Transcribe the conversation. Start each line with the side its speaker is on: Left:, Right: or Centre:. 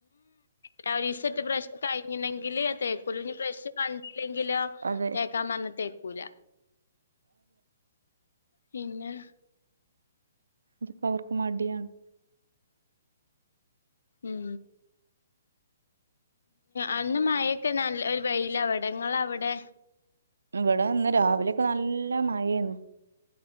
Left: രാവ ഒരീസെറ്റ് ബ്രഷ് കഴിഞ്ഞണെങ്കില് തേക്കുല ഞ് ബ്രഷ് കണ്ടില്ലെങ്കിലോ
Right: അതെ
Left: തേക്കാൻ പറഞ്ഞ തേക്കൂല പിന്നെ
Right: ജിപ്പോ അവർക് മടിയാണ്
Left: ഉം അന്ന് മഴൊക്കെ നല്ല ഒരു വെയില വടേ ഇങ്ങള അവിടെ
Right: ഇവിടെ ഇന്ന് രാവിലെക്കെ നല്ല മഴയേണ്